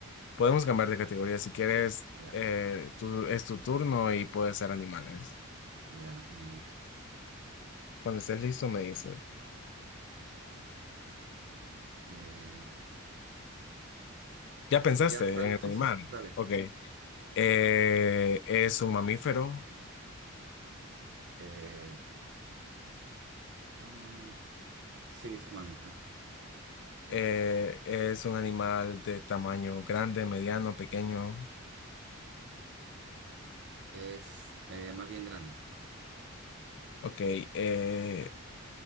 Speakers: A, on the left; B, on the right.
A: Podemos cambiar de categoría si quieres,
B: Ya,
A: eh, tú- es tu turno y puede ser animales.
B: ya. eh,
A: Cuando estés listo me dices.
B: eh,
A: ¿Ya pensaste
B: ya, dale,
A: en el
B: sí,
A: animal?
B: sí, sí, dale.
A: Ok. Eh, es un mamífero,
B: Eh, pero sí, es un mamífero.
A: Eh, es un animal de tamaño grande, mediano, pequeño.
B: Es eh, más bien grande.
A: Ok, eh,